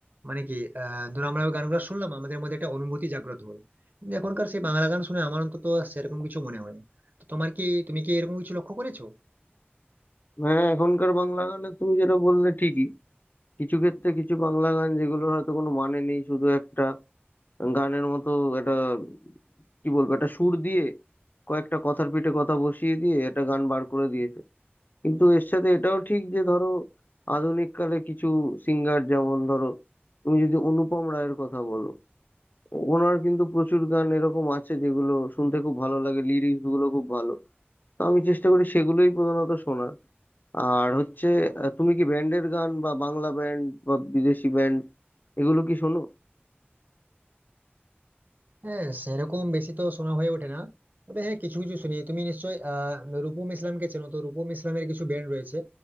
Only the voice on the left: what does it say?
হ্যাঁ এখনকার বাংলা গানে তুমি যেটা বললে ঠিকই কিছু ক্ষেত্রে কিছু বাংলা গান যেগুলো হয়তো কোনো মানে নেই শুধু একটা গানের মতো একটা কি বলবো একটা সুর দিয়ে কয়েকটা কথার পিঠে কথা বসিয়ে দিয়ে একটা গান বার করে দিয়েছে কিন্তু এর সাথে এটাও ঠিক যে ধরো আধুনিক কালে কিছু সিঙ্গার যেমন ধরো তুমি যদি অনুপম রায়ের কথা বলো ওনার কিন্তু প্রচুর গান এরকম আছে যেগুলো শুনতে খুব ভালো লাগে লিরিক্স গুলো খুব ভালো তো আমি চেষ্টা করি সেগুলোই প্রধানত শোনার আর হচ্ছে আহ, তুমি কি ব্যান্ডের গান বা বাংলা ব্যান্ড বা বিদেশি ব্যান্ড এগুলো কি শোনো